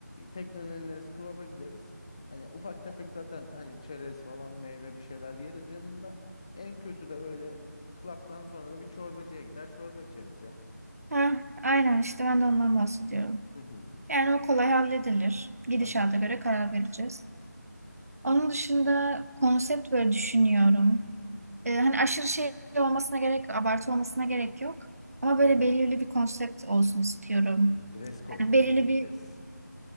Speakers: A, on the left; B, on the right.
A: tekneden ineriz, klaba gideriz. Hani ufak tefek zaten hani çerez falan meyve bir şeyler yeriz yanında. En kötü de böyle klaptan sonra da bir çorbacıya gider çorba içeriz ya.
B: Ha, aynen işte ben de ondan bahsediyorum.
A: Hı hı.
B: Yani o kolay halledilir. Gidişata
A: Tamam.
B: göre karar vereceğiz. Onun dışında konsept böyle düşünüyorum. Ee, hani aşırı şey olmasına gerek abartı olmasına gerek yok. Ama böyle
A: Hı hı.
B: belirli bir konsept olsun istiyorum.
A: Hmm, Dress code
B: Yani belirli
A: belirleyeceğiz.
B: bir